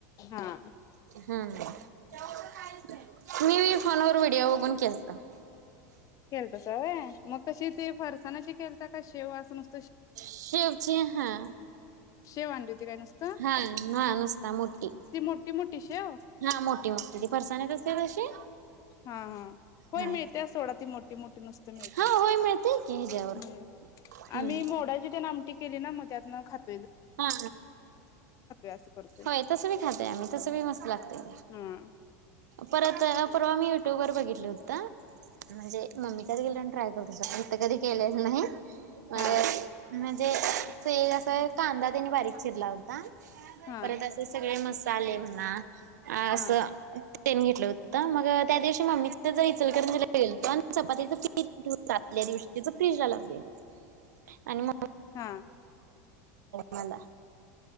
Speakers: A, on the left; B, on the right.
A: हां.
B: हम्म <unintelligible> मी फोन वर व्हिडिओ बघून केलत.
A: केलतासा वयं मग तशी ती फरसाणाची केलता का शेव अस नुस
B: शेवची हां.
A: शेव आणली होती काय नुसतं
B: हां-हां नुसता मोठी.
A: ती मोठी मोठी शेव
B: ह्यां मोठी-मोठी ती फरसान्यात असते तशी.
A: हां-हां होय
B: हा
A: मिळतेया सोडा ती मोठी-मोठी नुसतं मिळतेया.
B: हा होय मिळतेय
A: हम्म
B: की ह्याच्यावर हम्म
A: आम्ही मोडाची तेन आमटी केली ना म त्यातन खात
B: हां
A: असं करतोय
B: होय तसं बी खातंय आम्ही तसं बी मस्त लागतंय.
A: हा
B: परत परवा मी युट्यूब वर बघितलं होतं. म्हणजे मम्मीकडं गेल्यावर ट्राय करते सोडा इथं कधी केलेलं नाही. अ
A: हा.
B: म्हणजे ते असं कांदा त्यानी बारीक चिरला होता
A: हा
B: परत असे सगळे मसाले म्हणा आ असं
A: हा
B: पेन घेतलं होतं का मग त्या दिवशी मम्मी इचलकरंजीला गेलतो आणि चपातीच पीट आदल्या दिवशीच फ्रीजला लावलेलं आणि म
A: हा.
B: मला